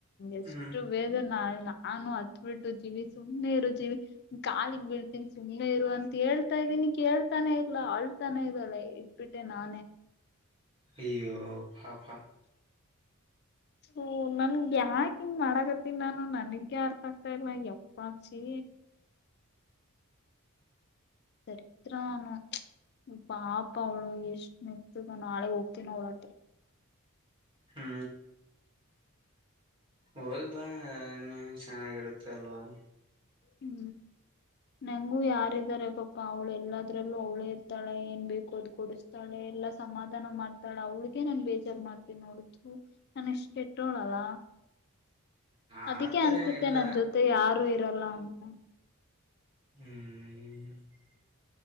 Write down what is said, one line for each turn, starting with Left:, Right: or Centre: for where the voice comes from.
Left: ಎಷ್ಟು
Right: ಹ್ಮ್
Left: ಬೇಗ ನಾಳೆ ನಾ ನಾನು ಅತ್ತ ಬಿಟ್ಟು ಜೀವಿ ಸುಮ್ಮನೆ ಇರು ಜೀವಿ ಕಾಲಿಗ್ ಬೀಳ್ತ ಸುಮ್ಮನೆ ಇರುವರು ಅಂತ ಹೇಳಿ <inaudible> ಅಳ್ತಾ ಇದೀನಿ ಕೇಳ್ತಾನೇ ಇಲ್ಲ ಅಳ್ ಅಳ್ತಾನೆ ಇದ್ದಾಳೆ ಇಟ್ಬಿಟ್ಟೆ ನಾನೇ
Right: ಅಯ್ಯೋ ಪಾಪ
Left: ಓ ನನಗೆ ಯಾಕ ಹಿಂಗ ಮಾಡಕತ್ತನಿ ನಾನು ನನಗೆ ಅರ್ಥ ಆಗ್ತಾ ಇಲ್ಲ ಎಪ್ಪಾಚಿ. ದರಿದ್ರ ನಾನ ಪಾಪ ಅವಳು ಎಷ್ಟ ಮೆತ್ತಗ ನಾಳೆಗ ಹೋಗ್ತೀನ ಅವಳಹತ್ರರ
Right: ಹು ಹೋಗ್ಬಾ ನೀ ಚೆನ್ನಾಗಿರುತ್ತೆ ಅಲ್ವಾ,
Left: ಹು ನಂಗೂ ಯಾರಿದಾರೆ ಪಾಪಾ ಅವಳೇ ಎಲ್ಲಾದ್ರಲ್ಲೂ ಅವಳೇ ಇರ್ತಾಳೆ ಏನ್ ಬೇಕು ಅದ ಕೊಡಿಸತಾಳೆ ಎಲ್ಲಾ ಸಮಾಧಾನ ಮಾಡ್ತಾಳೆ ಅವಳಗೆ ನಾ ಬೇಜಾರ್ ಮಾಡ್ತೀನಿ ನೋಡ ತು ನನ್ ಇಷ್ಟ ಕೆಟ್ಟೋಳಲ್ಲ,,
Right: ಆತರ
Left: ಅದಕ್ಕೆ ಅನ್ಸುತ್ತೆ
Right: ಏನಿಲ್ಲ
Left: ನನ್ ಜೊತೆ ಯಾರು ಇ ಇರೋಲ್ಲ ಅಂತ,
Right: ಹು <unintelligible>